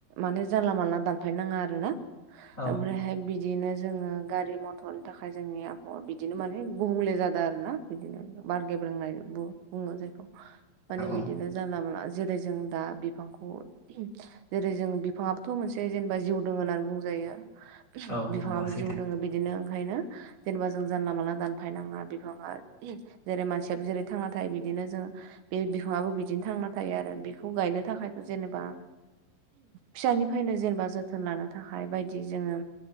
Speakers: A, on the right (about 75°); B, on the left (about 20°).
A: माने जानला मानला दानफाय नाङा आरोना
B: औ
A: ओमफ्रायहाय बिदिनो जोङो गारि मथरनि थाखाय जोंनि आबहावा बिदिनो माने गुबुंले जादों आरो ना बिदिनो बार गेब्रोंनाय बुङो जायखौ माने
B: औ
A: बिदिनो जानला मोनला जेरै जों दा बिफांखौ जेरै जों बिफाङाबोथ' मोनसे जेनेबा जिउ दं होननानै बुंजायो
B: औ
A: बिफाङाबो
B: नंगौ सैथो
A: जिउ जोङो बिदिनो ओंखायनो जेनेबा जों जानला मानला दानफायनाङा बिफाङा जेरै मानसियाबो जेरै थांना थायो बिदिनो जोङो बे बिफाङाबो बिदिनो थांना थायो आरो बेखौ गायनो थाखायथ' जेनेबा फिसानिफ्रायनो जेनेबा जोथोन लानो थाखाय बायदि जोङो